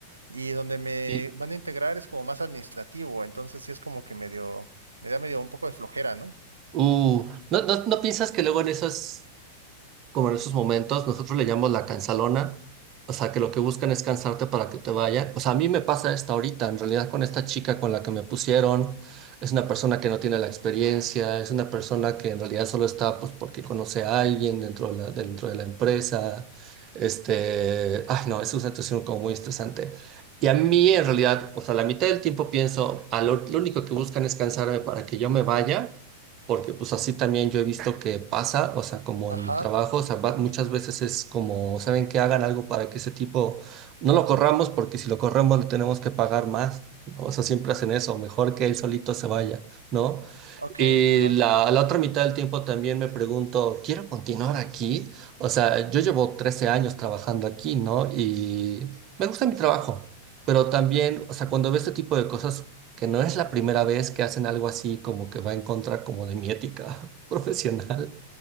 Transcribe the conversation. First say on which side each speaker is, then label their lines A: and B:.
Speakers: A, on the right (about 85°); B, on the right (about 35°).
A: Y donde me
B: y,
A: van a integrar es como más administrativo, entonces sí es como que medio, me da medio un poco de flojera, ¿no?
B: uh, ¿no, no, no piensas que luego en esas como en esos momentos, nosotros le llamamos la cansalona, o sea, que lo que buscan es cansarte para que te vayan. O sea, a mí me pasa esta ahorita, en realidad con esta chica con la que me pusieron, es una persona que no tiene la experiencia, es una persona que en realidad solo está pues porque conoce a alguien dentro de la, dentro de la empresa. Este, ay no, es una situación como muy estresante. Y a mí en realidad, o sea, la mitad del tiempo pienso, a lo, lo único que buscan es cansarme para que yo me vaya. Porque pues así también yo he visto que pasa, o sea, como
A: Ajá,
B: en mi trabajo, o sea, va- muchas veces es como, ¿saben que hagan algo para que ese tipo no lo corramos? Porque si lo corremos le tenemos que pagar más, ¿no? O sea, siempre hacen eso, mejor que él solito se vaya, ¿no?
A: ok,
B: Y
A: ajá.
B: la, la otra mitad del tiempo también me pregunto, ¿quiero continuar aquí? O sea, yo llevo 13 años trabajando aquí, ¿no? Y me gusta mi trabajo, pero también, o sea, cuando veo este tipo de cosas que no es la primera vez que hacen algo así como que va en contra como de mi ética <laughs> profesional.